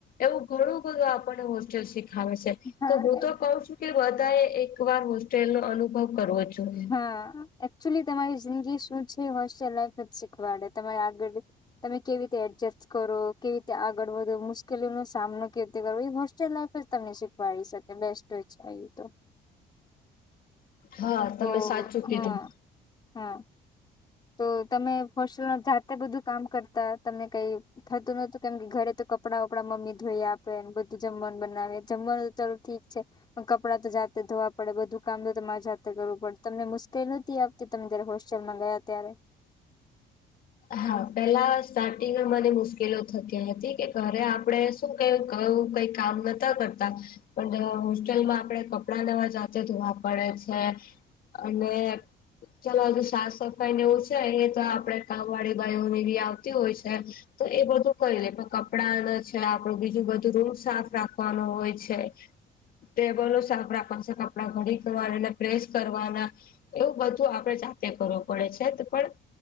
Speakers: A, on the left; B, on the left.
A: એવું ઘણું બધું આપણને હોસ્ટેલ શીખાવે છે.
B: હા
A: તો હું તો કઉ છું કે બધાએ એક વાર હોસ્ટેલ નો અનુભવ કરવો છું.
B: હા એકચુલી તમારી જિંદગી શું છે હો્ય લફ જ શીખવાડે તમારે આગળ તમે કેવી રીતે એડજસ્ટ કરો કેવી રીતે આગળ વધો મુશ્કેલીઓનોો સામનો કીર્તિ કર એ હોસ્ટેલ લાાઈફ જ તમને શીખવાડી શકે બેસ્ટ હોય છે એ તો
A: હા
B: તો
A: તમે સાચું
B: હા
A: કીધું
B: હા. તો તમે હોસ્ટેલ જાતે બધું કામ કરતા તમને કઈ થતું નતું કેમ કે ઘરે તો કપડાં વપડાં મમ્મી ધોઈ આપેને બધું જમવાનું બનાવે જમવાનું ચાલો ઠીક છે. કપડાં તો જાતે ધોવા પડે બધું કામ તો તમારે જાતે કરવું પડે તમને મુશ્કેલ નતી આપ તમે જયારે હોસ્ટેલમાં ગયા ત્યારે?
A: હા પેલા સ્ટાર્ટિંગમાં મને મુશ્કેલો થતી હતી કે ઘરે આપણે ક કઈ કામ નતા કરતા. પણ હોસ્ટેલમાં આપડે કપડા નવા જાતે ધોવા પડે છે. અને ચલો હજુ સાફ સફાઈને એવું છે એ તો આપડે કામ વાળી ભાઈ ની બી આવતી હોય છે. તો એ બધું કઈ લે પણ કપડાને છે આપડું બીજું બધું રૂમ સાફ રાખવાનું હોય છે. ટેબલો સાફ રાખવા છે કપડા ઘડીકને પ્રેસ કરવાના. એવું બધું આપડે જાતે કરવું પડે છે પણ